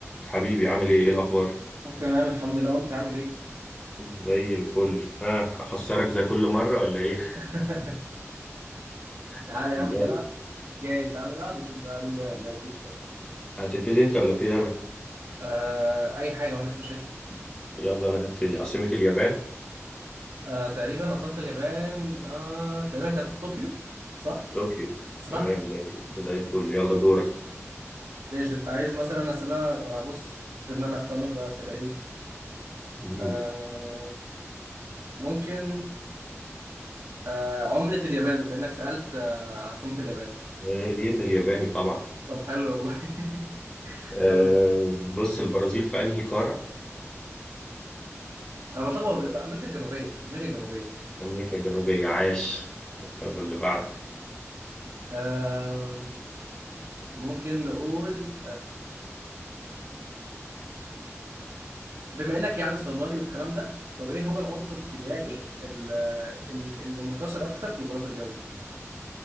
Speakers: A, on the left (about 15°); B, on the right (about 80°).
A: حبيبي عامل ايه ايه الاخبار
B: تمام الحمد لله وانت عامل ايه؟
A: زي الفل ها اخسرك زي كل مره ولا ايه
B: <laughs> تعالى
A: <laughs>
B: يا عم
A: جاهز
B: نلعب جايز تعالى نلعب ونشوف بقى مين اللي اللي هيفوز فيها
A: هتبتدي انت ولا ابتدي انا
B: آه اي حاجه ما عنديش مشاكل
A: يلا انا هبتدي عاصمه اليابان
B: آه تقريبا عاصمه اليابان آه تقريبا كانت طوكيو صح؟
A: طوكيو
B: صح
A: تمام زي زي الفل يلا دورك
B: ماشي انت عايز مثلا اسئله ولا بص سيبنا انا اختار لك بقى اسئله ايه؟
A: مم.
B: آه ممكن آه عمله اليابان بما انك سالت آه عاصمه اليابان
A: الين الياباني طبعا
B: طب حلو والله <laughs>
A: أه
B: دور
A: بص البرازيل في انهي قاره
B: انا بتلخبط بقى امريكا الجنوبيه امريكا الجنوبيه
A: امريكا الجنوبيه عاش يلا اللي بعده
B: آه ممكن نقول بما انك يعني صيدلي والكلام ده طب ايه هو العنصر الكيميائي ال- ال- اللي منتشر اكتر في الغلاف الجوي